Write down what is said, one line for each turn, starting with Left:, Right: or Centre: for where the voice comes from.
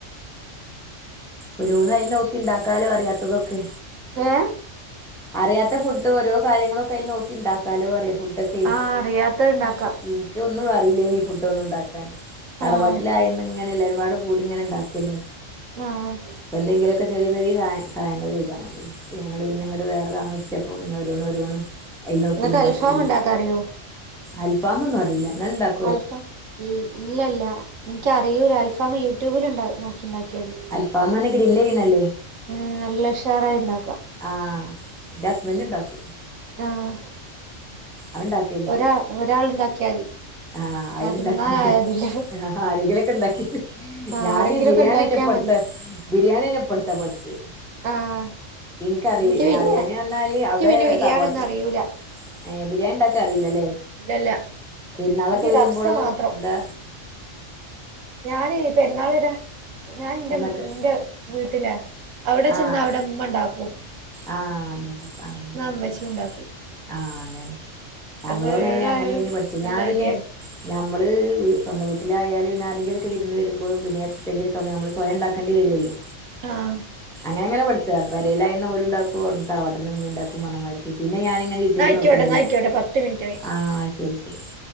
Centre: ഒരോന്ന് അയില് നോക്കി ഇണ്ടാക്കാലോ അറിയാത്തതൊക്കെ
Right: ഏ
Centre: അറിയാത്ത ഫുഡ് ഓരോ കാര്യങ്ങളൊക്കെ അയില് നോക്കിണ്ടാക്കാലോപറിയ ഫുഡ് അതെ പിൻ
Right: ആഹ് അറിയാത്തത് ഉണ്ടാക്കാം
Centre: ഇക്ക് ഒന്നും അറില്ലേനീ ഫുഡ് ഒന്നും ഉണ്ടാക്കാൻ തറവാട്ടിലായന്ന്ങ്ങനെ
Right: ആഹ്
Centre: എല്ലാരുപാട് കൂടി ഇങ്ങനെ ഇണ്ടാക്കല്
Right: ആഹ്
Centre: ഇപ്പ എന്തങ്കിലെക്കെ ചെറിയ ചെറിയ സഹായ സഹായങ്ങള് ചെയ്താ മതി അപ്പ ഞങ്ങള് പിന്നെ ഇങ്ങട്ട് വേറെ താമസി ച്ചപ്പോ പിന്നോരോന്ന് ഒരോന്ന് അയ്ല് നോക്കിങ്ങനെ
Right: നിങ്ങൾക്ക് അൽഫാം
Centre: പോയി
Right: ഉണ്ടാക്കാൻ അറിയോ
Centre: അൽഫാമൊന്നും അറീല ങ്ങള് ണ്ടാക്
Right: അൽഫാം ഇല്ല ഇല്ല എനിക്കറിയൂല അൽഫാമ് യൂട്യൂബില്ണ്ടാക് നോക്കിണ്ടാക്കിയാതി
Centre: അൽഫാമാണെ ഗ്രില്ല് ചെയ്യ്ണല്ലേ
Right: ഉം നല്ല ഉഷാറായി ഇണ്ടാക്കാം
Centre: ആഹ് ന്റെ ഹസ്ബന്റ്ണ്ടാക്കും
Right: ആഹ്
Centre: അത്ണ്ടാക്കല്ണ്ട്
Right: ഒരാ ഒരാള്ണ്ടാക്കിയാതി
Centre: ആ അയിന്
Right: ഞാൻ തിന്നാനായതില്ല
Centre: ഇണ്ടാക്കനറിയ ആഹ് ആരെങ്കിലൊക്കെ ഇണ്ടാക്കി
Right: ആരെങ്കിലൊക്കെ
Centre: ഞാന് ബിരിയാണിന്നെ
Right: ഇണ്ടാക്കിയാ
Centre: ഇപ്പടുത്ത
Right: മതി
Centre: ബിരിയാണിന്നെ ഇപ്പടുത്ത പഠിച്ചേ
Right: ആഹ്
Centre: എനിക്കറിയ
Right: ഇൻക്ക് ബിരിയാ
Centre: അറിയാനേ
Right: ഇൻക്ക്
Centre: വന്നാല് അവിടെ
Right: പിന്നെ ബിരിയാണിയൊന്നും
Centre: തറവാട്ട്
Right: അറിയൂല
Centre: ഏഹ് ബിരിയാണി ഇണ്ടാക്കാൻ അറിലല്ലേ
Right: ഇല്ലല്ല
Centre: പെരുന്നാളൊക്കെ
Right: ഇൻക്ക്
Centre: വരുമ്പളോ
Right: കബ്സ മാത്രം
Centre: ത
Right: ഞാന് പെരുന്നാള് വരാ ഞാൻ ന്റെ
Centre: ഉമ്മക്ക്
Right: ന്റെ വീട്ടിലാ അവടെ
Centre: ആഹ്
Right: ചെന്ന അവടെ ഇമ്മണ്ടാക്കും
Centre: ആഹ് ഇന്നട്ട് ആഹ് ആ
Right: ഇമ്മച്ചി
Centre: ശരി
Right: ഇണ്ടാക്കും
Centre: ആഹ് അങ്ങനെ ഞങ്ങളു
Right: അപ്പൊ എവിടായാലും
Centre: തന്നെ അങ്ങനെനി പഠിച്ചെ
Right: നല്ല
Centre: ഞാൻ പിന്നെ
Right: അടിയായി
Centre: ഞമ്മള് സ്വന്തം വീട്ടിലായാല് പിന്ന ആരെങ്കിലൊക്കെ വിരുന്ന് വരുമ്പോളും പിന്നെ എപ്പളങ്കിലും സമയം നമ്മള് സ്വയം ഇണ്ടാക്കേണ്ടി വരല്ലോ
Right: ആഹ്
Centre: ഞാനങ്ങനെ പഠിച്ച പെരേലായന്ന് ഓരുണ്ടാക്കു അവ്ട്ന്ന്‌ തറവട്ട്ന്ന് ഇമ്മിംണ്ടാക്കും പറഞ്ഞമാതിരിക്ക് പിന്നെ ഞാനിങ്ങനെ യൂട്യൂബ്
Right: ന്നാ ആയിക്കോട്ടെ
Centre: നോക്കിയാണ്ടേ
Right: ന്നാ ആയിക്കോട്ടെ പത്ത് മിനിറ്റായി
Centre: ആഹ് ശരി ശ് <inaudible>